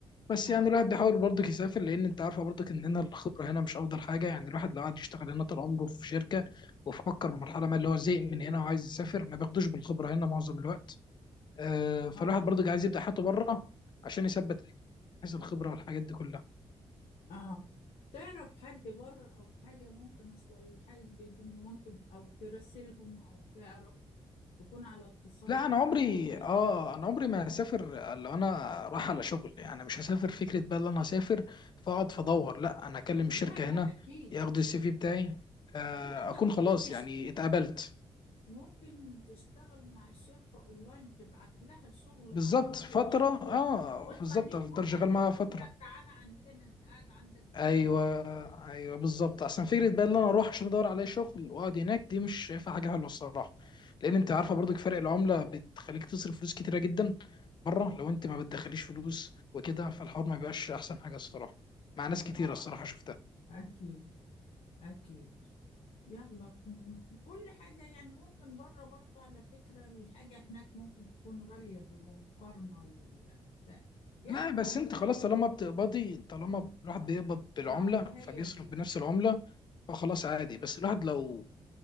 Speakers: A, on the left; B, on the left.
A: بس
B: اه
A: يعني الواحد بيحاول برضك يسافر لان انت عارفه برضك ان هنا الخبره هنا مش افضل حاجه يعني الواحد لو قعد يشتغل هنا طول عمره في شركه وفكر مرحله ما اللي هو زهق من هنا وعايز يسافر ما بياخدوش بالخبره هنا معظم الوقت آه فالواحد
B: اه
A: برضك عايز يبدا حياته بره عشان يثبت رجله حيث الخبره والحاجات دي كلها
B: اه تعرف حد بره او حاجة ممكن اصل الحاجة دي ممكن او ترسلهم او تعرف تكون على اتصال
A: لا
B: بحد
A: انا عمري
B: ب-
A: اه انا عمري ما هسافر لو انا رايح على شغل يعني مش هسافر فكره بقى ان انا هسافر فاقعد فادور لا انا اكلم الشركه
B: لا لا
A: هنا
B: اكيد
A: ياخدوا السي في بتاعي آه
B: لا انت
A: اكون
B: ممكن
A: خلاص
B: تشت...
A: يعني اتقبلت
B: ممكن تشتغل مع الشركة اونلاين تبعت لها شغل
A: بالظبط
B: او حاجة
A: فترة
B: ويشوفوا
A: اه
B: وتخليهم
A: بالظبط افضل
B: هم
A: شغال
B: اللي
A: معاها
B: يقولوا
A: فترة
B: لك تعالى عندنا انت قاعد عندك بتعمل
A: ايوه
B: ايه
A: ايوه بالظبط احسن فكرة بقى ان انا اروح عشان ادور على شغل واقعد هناك دي مش شايفها حاجة حلوة الصراحة لان انت عارفة برضو فرق العملة بتخليك تصرف فلوس كتيرة جدا بره لو انت ما بتدخليش فلوس وكده فالحوار ما بيبقاش احسن حاجة الصراحة مع ناس كتيرة
B: اه
A: الصراحة شفتها
B: أكيد أكيد يلا كن- كل حاجة يعني ممكن بره برضه على فكرة الحاجة هناك ممكن تكون غالية بمقارنة ال- بتاع- يعني
A: لا
B: ما
A: بس انت
B: بتحسبها
A: خلاص طالما بتقبضي طالما الواحد بيقبض بالعملة
B: اه هي
A: فبيصرف
B: دي
A: بنفس
B: اه
A: العملة فخلاص عادي بس الواحد لو